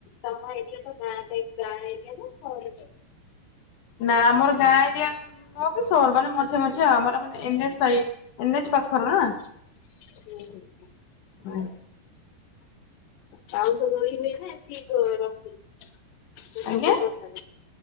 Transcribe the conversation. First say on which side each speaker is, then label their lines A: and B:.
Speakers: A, on the left (about 80°); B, on the left (about 65°).
A: ତମ ଏରିଆଟା ଗାଁ ଟାଇ ଗାଁ ଏରିଆ ନାଁ ସହର ଟାଇ
B: ନାଁ ଆମର ଗାଁ ଏରିଆ ନୁହଁ ବି ସହର ମାନେ ମଝି ମଝିଆ ଆମର ମାନେ ଏନ୍ ଏଚ୍ ସାଇ ଏନ ଏଚ ପାଖ ନା।
A: ହଁ ହଁ ହଁ।
B: ଉଁ।
A: ବାଉଁ ସ ବୋଳି ହେଇଥାଏ କି ରଶି ସବୁ
B: ଆଜ୍ଞା
A: ପ୍ର